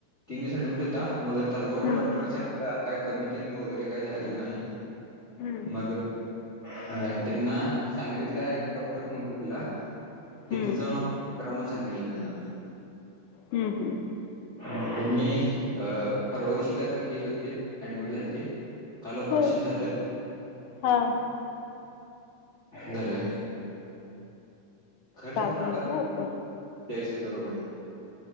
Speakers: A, on the left; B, on the left.
A: तीन दिवस ऍडमिट होता मग तासगावतल्या
B: हम्म
A: डॉक्टर सां का काय कमी तेन वगैरे काही झालेल नाही
B: हम्म
A: मग अ त्यांना सांगलीतला एक डॉक्टर नंबर दिला तिथं
B: हं,
A: जाऊन ओ करा म सांगितलं त्यांना.
B: हुं हुं,
A: मग त्यांनी अ परवादिवशी काय तर हे झालतेत ऍडमिट झालते काल ऑपरेशन
B: हो
A: झालं
B: हां
A: झालं. खर्च
B: काल
A: पण आला
B: झाल
A: तर
B: व्हय ऑप
A: चाळीस हजार रुपये.